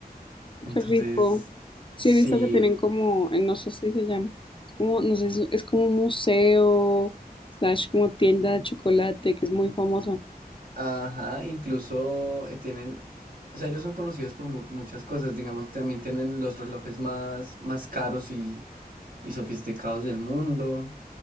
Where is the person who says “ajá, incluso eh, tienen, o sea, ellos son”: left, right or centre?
Right